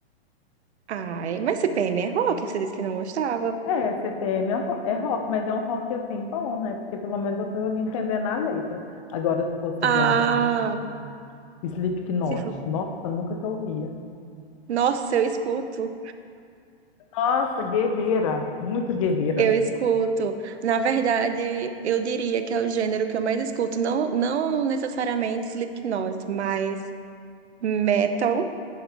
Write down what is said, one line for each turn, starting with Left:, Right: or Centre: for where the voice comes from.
Right: Ai, mas CPM é rock, você disse que não gostava.
Left: É, CPM é um ro- é rock, mas é um rock assim bom, né? Porque pelo menos eu tô ali entendendo a letra. Agora, se fosse
Right: Ah,
Left: igual, deixa eu ver. Slipknot.
Right: se for...
Left: Nossa, nunca que eu ia.
Right: Nossa, eu escuto.
Left: Nossa, guerreira, muito guerreira.
Right: Eu escuto. Na verdade, eu diria que é o gênero que eu mais escuto. Não, não necessariamente Slipknot, mas metal